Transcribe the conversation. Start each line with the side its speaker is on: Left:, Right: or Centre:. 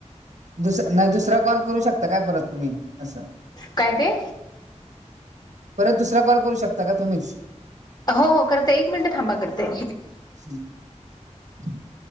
Right: दुस नाही, दुसरा कॉल करू शकता काय परत तुम्ही असं
Left: काय ते
Right: परत दुसरा कॉल करू शकता. त्या का तुम्च <unintelligible>
Left: हो हो करते, एक मिनिट थांबा करते.
Right: हम्म. ह <inaudible>